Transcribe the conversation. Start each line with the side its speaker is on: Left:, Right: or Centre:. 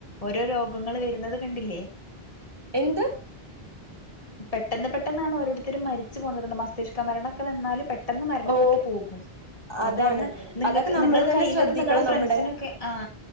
Left: ഓരോ രോഗങ്ങള് വരുന്നത് കണ്ടില്ലേ
Right: എന്ത്
Left: പെട്ടെന്ന് പെട്ടെന്നാണ് ഓരോരുത്തരും മരിച്ചു പോകുന്നത് രണ്ട് മാസം മസ്തിഷ്ക മരണമൊക്കെ വന്നാലല് പെട്ടെന്ന് മരണപ്പെട്ടു
Right: ഓ
Left: പോകും അത്
Right: അതാണ്
Left: കാരണം നിങ്ങൾക്ക്
Right: അതൊക്കെ നമ്മള്
Left: നിങ്ങള്
Right: തന്നെ
Left: കഴിയുന്നത്
Right: ശ്രദ്ധിക്കണം
Left: നിങ്ങളെ ഫ്രണ്ട്സിനൊക്കെ
Right: നമ്മടെ
Left: ആ